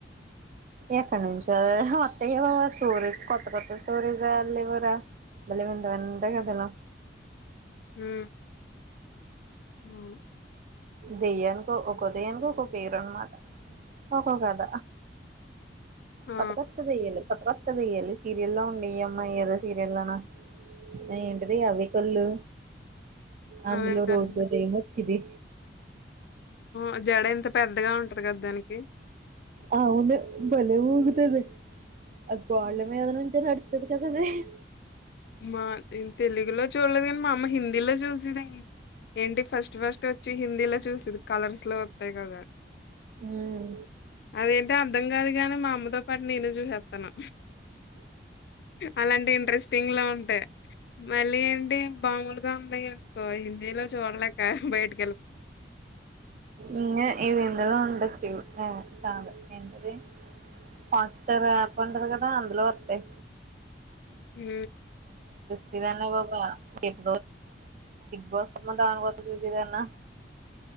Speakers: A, on the right; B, on the left.
A: ఎక్కడ నుంచిద మత్త బా స్టోరీస్ కొత్త కొత్త స్టోరీస్ళ్ళివరా మళ్ళ వింత వింత కథలు
B: హ్మ్. అవును.
A: దయ్యానికి ఒ దయ్యానికి ఒక్కొ పేరు అనమాట ఒక్కొ కద
B: ఆ!
A: కొత్త కొత్తదియలు కొత్త కొత్త దయాలు సీరియల్ లో ఉండయి అయ్యన ఏదో సీరియల్నా ఏంటిది అవ కళ్ళు అందులో
B: అవే కలలు.
A: రోజు బెర్రీ ఏమో సిది
B: అ జడ ఎంత పెద్దగా ఉంటది కదా దానికి
A: అవును భలే ఉగుతది అ కోళ్ల
B: హ్మ్.
A: మీద నుంచి నా <unintelligible>
B: మా తెలుగులో చూడలేదు కానీ మా అమ్మ హిందీలో చూసద ఏంటి ఫస్ట్ ఫస్ట్ వచ్చి హిందీలో చూసిది కలర్స్ లో వస్తాయి కదా
A: ఉమ్
B: అదేంటా అర్ధం కాదు కాగాని మా అమ్మతో పాటు నేను చూసేస్తాను అలాంటి ఇంట్రెస్ట్ లో ఉంటాయి మళ్ళీ ఏంటి బామలుగా ఉన్నాయి ఇ హిందీలో చూడలేక బైట్
A: ఇది ఇందులో ఉండచ్చు <unintelligible> కాద ఏంటది హాట్స్టార్ యాప్ ఉంటది కదా అందులో వస్తాయి
B: ఉ
A: <unintelligible> బిగ్ బాస్ దానీ కోసం చూసిదన్నా